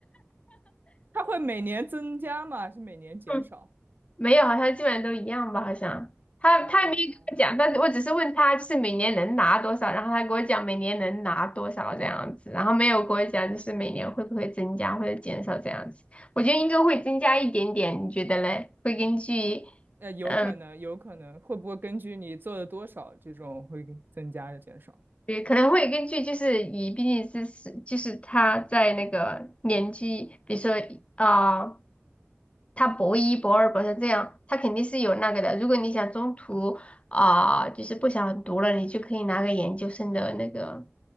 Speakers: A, on the right; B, on the left.
A: 他会每年增加吗？还是每年减少？
B: <laughs> 没有，好像基本上都一样吧，好像他他也没有跟我讲，
A: 哦哦，
B: 但是我只是问他就是每年能拿多少，然后他跟我讲每年能拿多少这样子，然后没有跟我讲就是每年会不会增加或者减少这样子，我觉得应该会增加一点点，你觉得嘞？会根据
A: 呃，有可能，
B: 嗯，
A: 有可能，会不会根据你做的多少，这种会给增加的减少？
B: 也可能会根据就是以毕竟是是就是他在那个年纪，比如说啊。他博一、博二、博三这样，他肯定是有那个的。如果你想中途啊、就是不想读了，你就可以拿个研究生的那个。